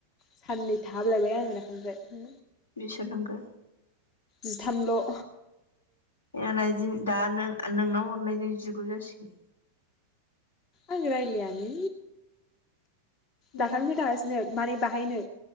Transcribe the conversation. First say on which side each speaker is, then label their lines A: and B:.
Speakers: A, on the left (about 35°); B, on the left (about 75°).
A: साननै थाहाबलायबाय आङो दाखालिनिफ्राय। हो?
B: बिस होनांगो
A: जिथामल' <inaudible>
B: <unintelligible> दा नों नोंनाव हरनायजों जिगु जासिगोन।
A: आं रायलायानो।
B: उम
A: दाखालिनिफ्राय थांगासिनो माने बाहायनो